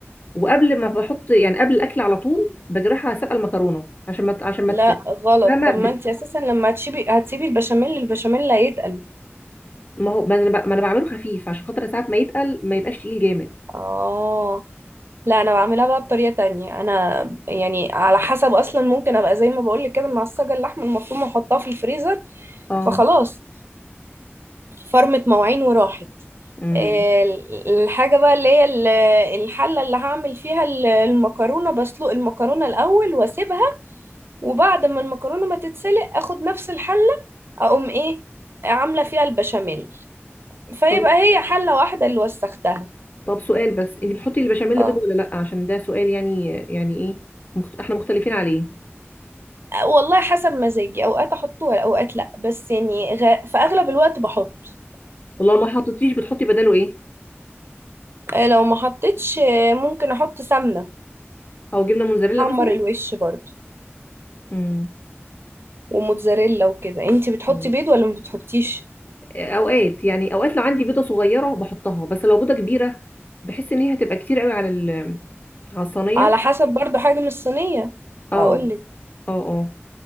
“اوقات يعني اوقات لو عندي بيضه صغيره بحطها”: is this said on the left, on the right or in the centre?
Left